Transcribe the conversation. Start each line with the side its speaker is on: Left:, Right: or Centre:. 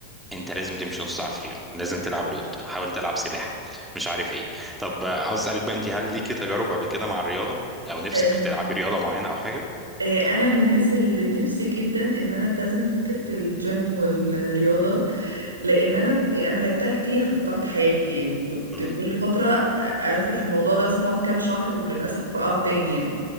Centre: انت لازم تمشي نص ساعه في اليوم لازم تلعب رياضه حاول تلعب سباحه مش عارف ايه طب آه، عاوز اسالك بقى انت هل ليكي تجارب قبل كده مع الرياضه او نفسك
Right: آه،
Centre: في تلعبي رياضه معينه او حاجه
Right: آه، أنا من الناس اللي نفسي جدا إن أنا ألتزم بفكرة الجيم والرياضة لأن أنا أنا لعبتها كتير في فترات حياتي يعني كنت
Centre: امم
Right: كل فترة أدخل في الموضوع ده مثلا أقعد كام شهر وللأسف أقعد تاني يعني